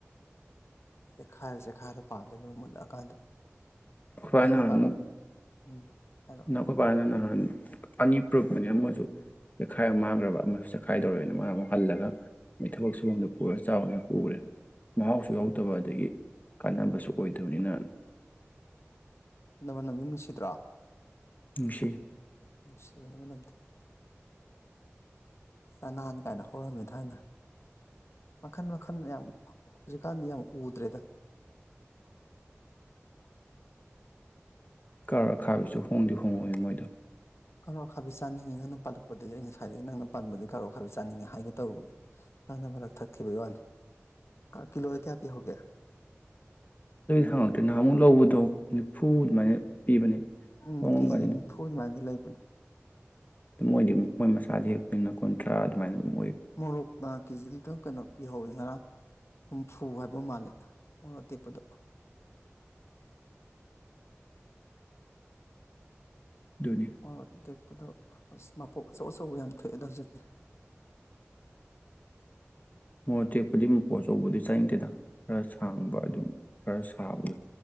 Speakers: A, on the left (about 65°); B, on the left (about 35°).
A: ꯆꯦꯈꯥꯏꯔ ꯆꯦꯈꯥꯏꯔ ꯄꯥꯝꯗꯣꯏꯅꯦ ꯃ ꯃꯨꯜꯂꯛꯑꯀꯥꯟꯗ
B: ꯍꯅ
A: ꯅꯪꯅ ꯀꯥꯔꯣꯠ
B: ꯃ
A: ꯎꯝ ꯍꯥꯏꯔꯣ
B: ꯅꯈꯣ ꯄꯥꯟꯕꯅ ꯅ ꯑꯅꯤꯄ꯭ꯔꯨꯞꯄꯅꯦ ꯑꯃꯁꯨ ꯆꯈꯥꯏ ꯑꯃ ꯃꯥꯡꯈ꯭ꯔꯕ ꯑꯃꯁꯨ ꯆꯈꯥꯏꯗꯧꯔꯦꯅ ꯃꯥ ꯑꯃ ꯍꯜꯂꯒ ꯃ ꯊꯕꯛ ꯁꯨꯕꯗ ꯄꯨꯔꯒ ꯆꯥꯎꯅ ꯄꯨꯔꯦ ꯃꯍꯥꯎꯁꯨ
A: ꯎꯝ
B: ꯌꯥꯎꯗꯕ ꯑꯗꯒꯤ ꯀꯥꯟꯅꯕꯁꯨ ꯑꯣꯏꯗꯕꯅꯤꯅ
A: ꯅꯃ ꯅꯪꯒꯤ ꯅꯨꯡꯁꯤꯗ꯭ꯔꯥ
B: ꯁꯤ
A: ꯁꯤꯕꯅꯦ ꯑꯃꯅꯗ ꯆꯅꯥꯟ ꯀꯥꯏꯅ ꯍꯧꯔꯝꯃꯦ ꯊꯃꯅ ꯃꯈꯟ ꯃꯈꯜ ꯌꯥꯝ ꯍꯧꯖꯤꯛꯀꯥꯟꯗꯤ ꯌꯥꯝ ꯎꯗ꯭ꯔꯦꯗ
B: ꯀꯧꯔ ꯈꯥꯏꯕꯁꯨ ꯍꯣꯡꯗꯤ ꯍꯣꯡꯉꯛꯏꯦ ꯃꯣꯏꯗꯣ
A: ꯀꯔ ꯑꯈꯥꯕꯤ ꯆꯥꯅꯤꯡꯉꯤ ꯅꯪꯅ ꯄꯥꯜꯂꯛꯄꯗꯒꯤ ꯑꯩ ꯉꯁꯥꯏꯗꯒꯤ ꯅꯪꯅ ꯄꯥꯟꯕꯗꯒꯤ ꯀꯔꯛ ꯑꯈꯥꯕꯤ ꯆꯥꯅꯤꯡꯉꯦ ꯍꯥꯏꯒ ꯇꯧꯔꯨꯕꯅꯦ ꯅꯪꯅ ꯃꯔꯛ ꯊꯛꯈꯤꯕꯒꯤ ꯋꯥꯅꯤ ꯀꯤꯂꯣꯗ ꯀꯌꯥ ꯄꯤꯍꯧꯒꯦ
B: ꯍꯪꯉꯛꯇ꯭ꯔꯦ ꯅꯍꯥꯟ ꯑꯃꯨꯛ ꯂꯧꯕꯗꯣ ꯅꯤꯐꯨ ꯑꯗꯨꯃꯥꯏꯅ ꯄꯤꯕꯅꯦ
A: ꯎꯝ
B: ꯍꯣꯡꯉꯝꯒꯅꯤ
A: ꯀꯖꯤꯗꯅꯤ
B: ꯑꯗꯨꯝ
A: ꯐꯨꯜ ꯃꯥꯏ ꯂꯩ ꯄꯨꯅ
B: ꯃꯣꯏꯗꯤ ꯃꯣꯏ ꯃꯁꯥꯗꯤ ꯍꯦꯛ ꯄꯨꯨꯟꯅ ꯀꯨꯟꯊ꯭ꯔꯥ ꯑꯗꯨꯃꯥꯏꯅ ꯑꯗꯨꯝ ꯑꯣꯏ
A: ꯃꯣꯔꯣꯛ ꯀꯦꯖꯤꯗꯗ ꯀꯩꯅꯣ ꯄꯤꯍꯧꯋꯦ ꯉꯔꯥꯡ ꯍꯨꯝꯐꯨ ꯍꯥꯏꯕ ꯃꯥꯜꯂꯦ ꯑꯣ ꯑꯇꯦꯛꯄꯗ
B: ꯑꯗꯨꯅꯤ
A: ꯑꯣ ꯑꯦꯛꯄꯗ ꯃꯄꯣꯛ ꯑꯆꯧ ꯑꯆꯧꯕ ꯌꯥꯝ ꯊꯣꯛꯑꯦꯗ ꯍꯧꯖꯤꯛꯇꯤ
B: ꯃꯣꯔ ꯑ ꯇꯦꯛꯄꯗꯤ ꯃꯄꯣ ꯑꯆꯧꯕꯗꯨ ꯆꯪꯗꯦꯗ ꯈꯔ ꯁꯥꯡꯕ ꯑꯗꯨꯝ ꯈꯔ ꯁꯥꯕꯗꯣ